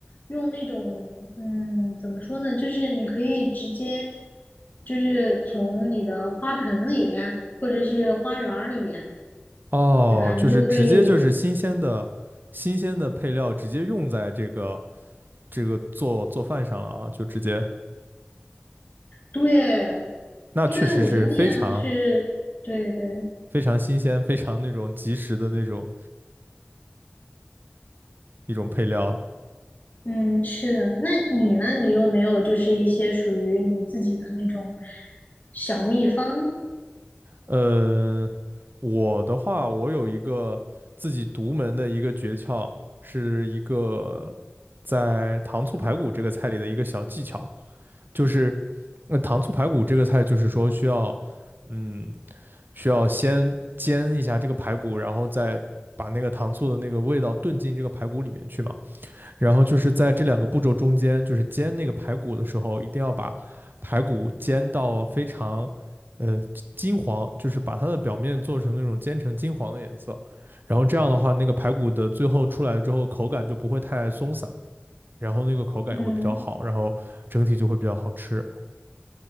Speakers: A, on the left; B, on the right.
A: 用那种嗯，怎么说呢，就是你可以直接就是从你的花盆里或者是花园儿里，
B: 哦，
A: 对吧？你就可以
B: 就是直接就是新鲜的新鲜的配料直接用在这个这个做做饭上了啊，就直接，
A: 对，
B: 那确实是非常
A: 因为我觉得那样是对对。
B: 非常新鲜、非常那种及时的那种一种配料。
A: 嗯，是的。那你呢？你有没有就是一些属于你自己的那种小秘方？
B: 呃，我的话，我有一个自己独门的一个诀窍，是一个在糖醋排骨这个菜里的一个小技巧，就是，那糖醋排骨这个菜就是说需要，嗯，需要先煎一下这个排骨，然后再把那个糖醋的那个味道炖进这个排骨里面去嘛。然后就是在这两个步骤中间，就是煎那个排骨的时候，一定要把排骨煎到非常呃金黄，就是把它的表面做成那种煎成金黄的颜色。然后这样的话，那个排骨的最后出来之后，口感就不会太松散，然后那个口感也会比较好，
A: 嗯，
B: 然后整体就会比较好吃。